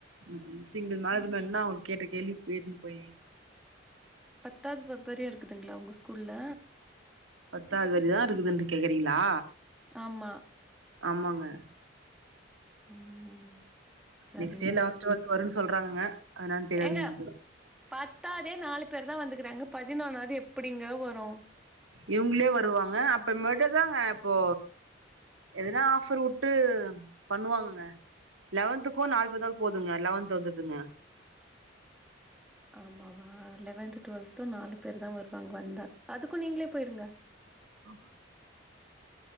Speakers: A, on the right; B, in the centre.
A: ம் சிங்கிள் மேனஜமெண்ட்னா அவுங்க கேட்ட கேள்விக் <unintelligible> போயி
B: பத்தாவது ப வரியு இருக்குதுங்களா உங்க ஸ்கூல்ல
A: பத்தாவது வரியு தா இருக்குதுன்னு கேக்குறீங்களா
B: ஆமா
A: ஆமாங்க
B: ம். சரிங்க.
A: நெக்ஸ்ட் லெவன்த் டுவெல்த் து வருன்னு சொல்றாங்கங்க அது என்னான்னு தெரியாதுங்க
B: ஏங்க
A: எனக்கு
B: பத்தாதே நாலு பேர் தா வந்துக்கறாங்க பதினொன்னாவது எப்டிங்க வரு
A: இவுங்களே வருவாங்க இப்ப மட்ட தாங்க இப்போ எதுனா ஆஃபர் விட்டு பண்ணுவாங்கங்க லெவன்த்துக்கு நாலு பேர் இருந்தா போதுங்க லெவன்த் வந்துதுங்க
B: ஆமாவா லெவன்த் டுவெல்த்து நாலு பேர் தா வருவாங்க வந்தா அதுக்கு நீங்களே போயிருங்க
A: ஆ